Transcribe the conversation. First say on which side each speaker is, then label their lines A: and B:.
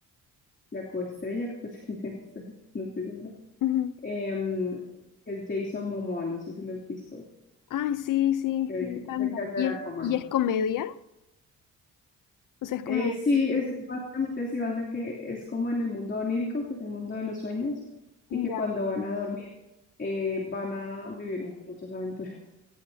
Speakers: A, on the left; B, on the left.
A: la coestrella, creo que <laughs> se le dice, <laughs> no estoy, no estoy segura,
B: Ujú.
A: em, que es Jason Momoa, no sé si lo has visto,
B: Ay, sí, sí,
A: el
B: me
A: que
B: encanta.
A: se casa
B: ¿Y
A: de Aquaman.
B: es, y es comedia? O sea, es como,
A: Eh, sí, es, básicamente se basa que es como en el mundo onírico, que es el mundo de los sueños,
B: ya.
A: y que cuando van a dormir eh, van a vivir mu- muchas aventuras. <laughs>